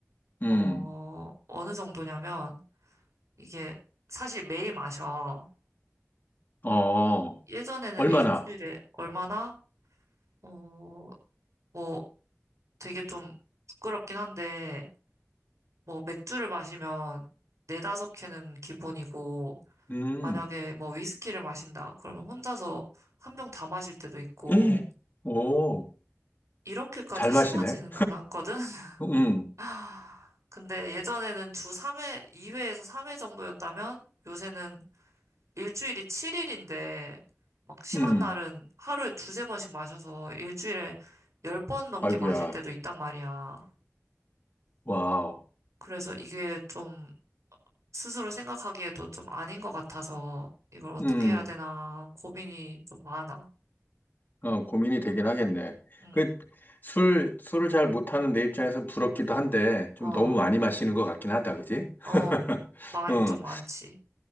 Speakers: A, on the left; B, on the right.
A: 음,
B: 어, 어느 정도냐면, 이게 사실 매일 마셔.
A: 어,
B: 예전에는
A: 얼마나?
B: 일주일에 얼마나, 어, 뭐 되게 좀 부끄럽긴 한데, 뭐 맥주를 마시면 네다섯 캔은 기본이고,
A: 음,
B: 만약에 뭐 위스키를 마신다. 그러면 혼자서 한 병 다 마실 때도 있고,
A: 에이, 오,
B: 이렇게까지
A: 잘
B: 심하지는
A: 마시네?
B: 않았거든? <laughs>
A: 음,
B: 아, 근데 예전에는 주 3회, 2회에서 3회 정도였다면, 요새는 일주일이 7일인데, 막 심한
A: 음,
B: 날은 하루에 두세 번씩 마셔서 일주일에 열 번 넘게
A: 아이고야,
B: 마실 때도 있단 말이야.
A: 와우,
B: 그래서 이게 좀 스스로 생각하기에도 좀 아닌 것 같아서 이걸 어떻게
A: 음,
B: 해야 되나 고민이 좀 많아.
A: 어, 고민이 되긴 하겠네.
B: 응.
A: 그, 술, 술을 잘 못하는 내 입장에선 부럽기도 한데, 좀
B: 어,
A: 너무 많이 마시는 것 같긴 하다, 그지? <laughs>
B: 어, 많,
A: 어,
B: 좀 많지.